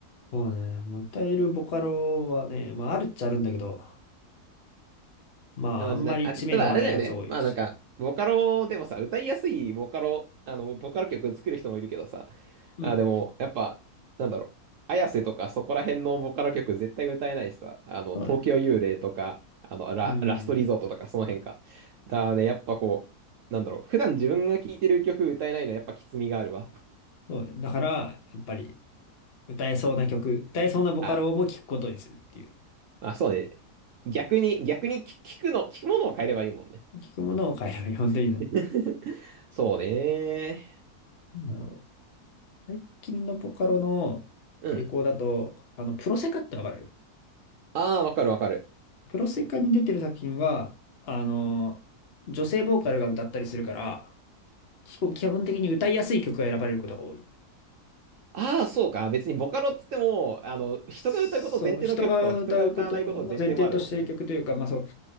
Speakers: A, on the left (about 45°); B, on the right (about 65°).
A: そうね。もう歌えるボカロはね、まああるっちゃあるんだけど、まああんまり知名度がないやつ多いし。
B: いやマジなんか、あれ、ただあれだよね。まあなんか、ボカロでもさ、歌いやすいボカロ、あの、ボカロ曲作る人もいるけどさ、
A: うん。
B: まあ、でも、やっぱ、なんだろう、あやせとかそこら辺のボカロ曲絶対歌えないしさ、あの、
A: そうだね。
B: 東京幽霊とか、あの、ラ、
A: うん。
B: ラストリゾートとかその辺か。だね、やっぱこう、なんだろう、普段自分が聴いてる曲歌えないのはやっぱきつみがあるわ。
A: そうだね。だから、やっぱり、歌えそうな曲、歌えそうなボカロも聞くことにするっていう。
B: あ、まあそうね。逆に、逆に聞聞くの、聞くものを変えればいいもんね。
A: 聞くものを変えれば本当に、な
B: <laughs> そうね。
A: んだろう。最近のボカロの傾向だと、
B: うん。
A: あの、プロセカってわかる
B: ああ、わかるわかる。
A: プロセカに出てる作品は、あの、女性ボーカルが歌ったりするから、基本基本的に歌いやすい曲が選ばれることが多い。
B: ああ、そうか。別にボカロっつっても、あの、人が歌うこと前提の曲と人が歌わないこと前提もあるもんね。
A: そう、人が歌うことを前提としてる曲というか、まあそう、